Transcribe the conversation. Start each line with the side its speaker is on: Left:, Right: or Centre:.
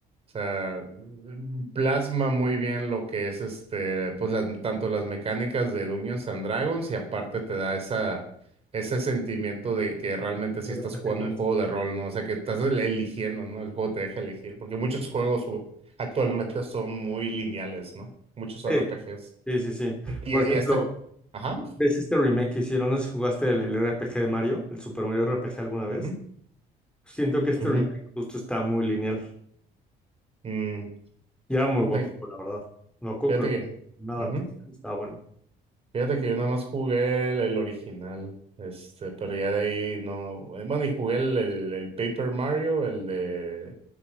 Right: o sea, mm, plasma muy bien lo que es este, pues las, tanto las mecánicas de Dungeons and Dragons y aparte te da esa, ese sentimiento de que realmente sí
Centre: Un
Right: estás
Centre: RPG
Right: jugando
Centre: clásico.
Right: un juego de rol, ¿no? O sea, que estás el- eligiendo, ¿no? El juego te deja elegir, porque muchos juegos u- actualmente son muy lineales, ¿no? Muchos RPGs.
Centre: Sí, sí, sí, sí.
Right: Y,
Centre: Por
Right: y este,
Centre: ejemplo,
Right: ajá.
Centre: ¿ves este remake que hicieron? No sé si jugaste el, el RPG de Mario, el Super Mario RPG alguna vez.
Right: ujú,
Centre: Siento que este
Right: ujú.
Centre: remake justo está muy lineal.
Right: mm.
Centre: Ya muy buen
Right: Fíjate
Centre: juego,
Right: que,
Centre: la verdad. No creo
Right: fíjate
Centre: que lo-
Right: que,
Centre: nada,
Right: ujú.
Centre: pero estaba bueno.
Right: Fíjate que yo nada más jugué el, el original, este, pero ya de ahí no, eh, bueno, y jugué el, el, el Paper Mario, el de,